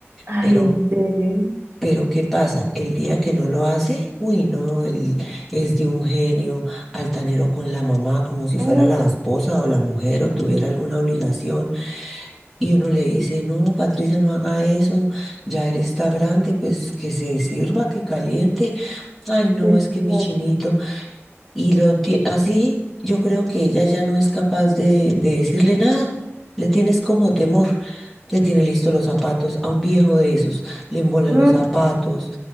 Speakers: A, on the right (about 60°); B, in the centre.
A: Ay,
B: Pero
A: en serio.
B: pero ¿qué pasa? El día que no lo hace, uy, no, él es de un genio altanero con la mamá, como si fuera
A: Mm,
B: la esposa o la mujer o tuviera alguna obligación. Y uno le dice, no, Patricia, no haga eso, ya él está grande, pues que se sirva, que caliente. Ay, no,
A: Pues
B: es que mi
A: claro.
B: chinito. Y lo ti- así yo creo que ella ya no es capaz de, de decirle nada. Le tienes como temor. Le tiene listos los zapatos a un viejo de esos. Le embola
A: Mm.
B: los zapatos,